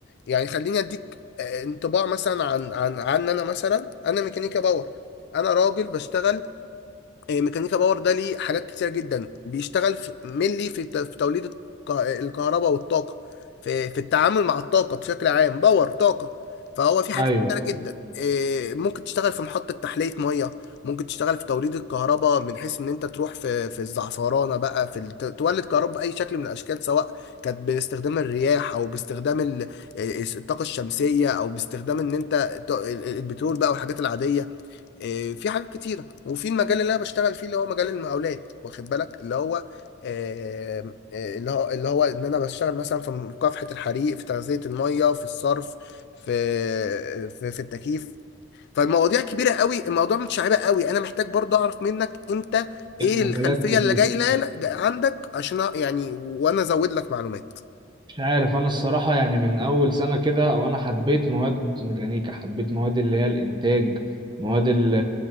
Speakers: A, on the left; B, on the right.
A: يعني خليني اديك آه، انطباع مثلا عن عن عن انا مثلا انا ميكانيكا باور انا راجل بشتغل آه، ميكانيكا باور ده ليه حاجات كتيرة جدا بيشتغل في ملي في الت- في توليد الك- الكهرباء والطاقة في في التعامل مع الطاقة بشكل عام باور طاقة فهو في حاجات
B: ايوه
A: كتيرة جدا آه، ممكن تشتغل في محطة تحلية مية ممكن تشتغل في توليد الكهرباء من حيث ان انت تروح في في الزعفرانة بقى في ال- تولد كهرباء بأي شكل من الأشكال سواء كانت باستخدام الرياح أو باستخدام ال- آه، الطاقة الشمسية أو باستخدام ان انت ت- ال- ال- البترول بقى والحاجات العادية آه، في حاجات كتيرة وفي المجال اللي أنا بشتغل فيه اللي هو مجال المقاولات واخد بالك اللي هو آه، آه، اللي هو اللي هو إن أنا بشتغل مثلا في مكافحة الحريق في تغذية المية في الصرف في في, في التكييف فالمواضيع كبيرة قوي الموضوع متشعبة قوي أنا محتاج برضه أعرف منك أنت إيه
B: المجالات
A: الخلفية
B: كبيرة
A: اللي جاية لك- عندك عشان أ- يعني وأنا أزود لك معلومات
B: مش عارف انا الصراحة يعني من اول سنة كده وانا حبيت مواد ميكانيكا حبيت مواد اللي هي الانتاج مواد ال